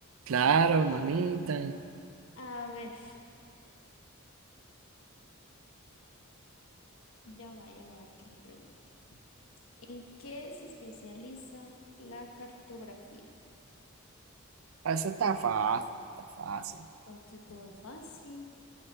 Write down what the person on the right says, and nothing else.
Claro, mamita.
Ah, Eso está fácil, está fácil.